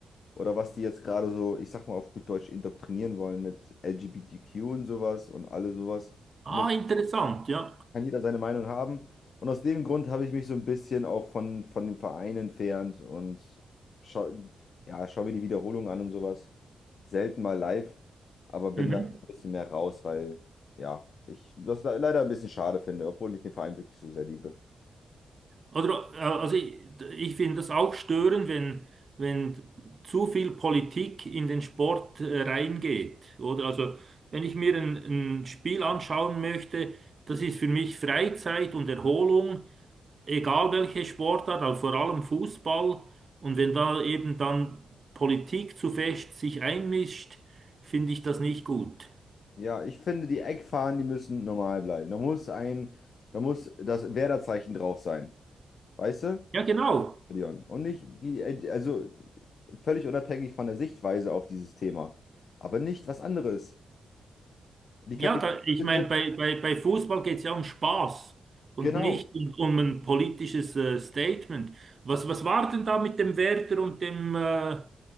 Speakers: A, on the left; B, on the right.
A: Oder was die jetzt gerade so, ich sag mal auf gut Deutsch, indoktrinieren wollen mit L G B T Q und sowas und alle sowas.
B: Ah,
A: Muss,
B: interessant, ja.
A: kann jeder seine Meinung haben. Und aus dem Grund habe ich mich so ein bisschen auch von, von dem Verein entfernt und schau, ja, schau mir die Wiederholung an und sowas. Selten mal live, aber bin
B: Mhm.
A: da ein bisschen mehr raus, weil ja, ich das le- leider ein bisschen schade finde, obwohl ich den Verein wirklich so sehr liebe.
B: Oder, äh, also ich, ich finde das auch störend, wenn, wenn zu viel Politik in den Sport äh, reingeht. Oder also, wenn ich mir ein, ein Spiel anschauen möchte, das ist für mich Freizeit und Erholung, egal welche Sportart, aber vor allem Fußball. Und wenn da eben dann Politik zu fest sich einmischt, finde ich das nicht gut.
A: Ja, ich finde, die Eckfahnen, die müssen normal bleiben. Da muss ein, da muss das Werderzeichen drauf sein. Weißt du,
B: Ja, genau.
A: Leon? Und nicht die, also völlig unabhängig von der Sichtweise auf dieses Thema. Aber nicht was anderes. Die Kapitalisten,
B: Ja, da, ich meine, bei, bei, bei Fußball geht es ja um Spaß und
A: genau.
B: nicht um, um ein politisches äh, Statement. Was, was war denn da mit dem Werder und dem, äh,